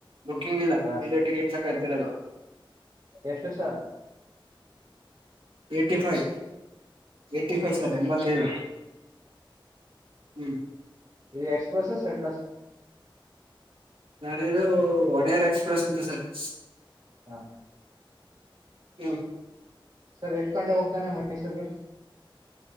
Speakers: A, on the right; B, on the right.
A: ಬುಕಿಂಗ್ ಇಲ್ಲ
B: ಹಾ
A: ಇಲ್ಲೇ ಟಿಕೆಟ್ ಚಕ್ ಆಗ್ತಿರಲ್ಲ
B: ಎಷ್ಟ್ ವರ್ಷ
A: eighty five eighty five sir ಎಂಬತ್ತೈದು ಹ್ಮ್
B: ಎಕ್ಸ್ಪ್ರೆಸ್ಸಾ
A: <unintelligible> ಒಡೆಯರ ಎಕ್ಸ್ಪ್ರೆಸಂತೆ ಸರ್ವೀಸ್.
B: ಹ
A: ಇ
B: ಸರ್ ಎಷ್ಟ್ ಗಂಟೆಗ್ ಹೋಗ್ತಾನೆ ಮೈಸೂರ್ಗೆ.